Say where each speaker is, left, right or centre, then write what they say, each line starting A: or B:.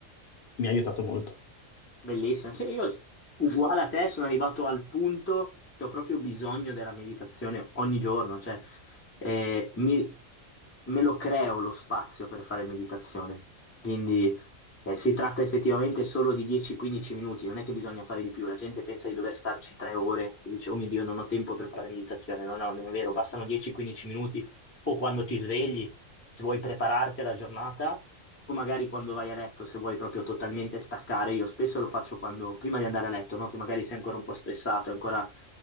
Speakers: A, on the left (about 60°); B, on the left (about 20°).
A: mi ha aiutato molto.
B: Bellissimo. Sì, io uguale a te sono arrivato al punto che ho proprio bisogno della meditazione ogni giorno, cioè eh, mi- me lo creo lo spazio per fare meditazione. Quindi eh, si tratta effettivamente solo di 10-15 minuti, non è che bisogna fare di più. La gente pensa di dover starci tre ore e dice, oh mio Dio, non ho tempo per fare meditazione. No, no, non è vero, bastano 10-15 minuti o quando ti svegli se vuoi prepararti alla giornata o magari quando vai a letto, se vuoi proprio totalmente staccare. Io spesso lo faccio quando, prima di andare a letto, no? Che magari sei ancora un po' stressato, ancora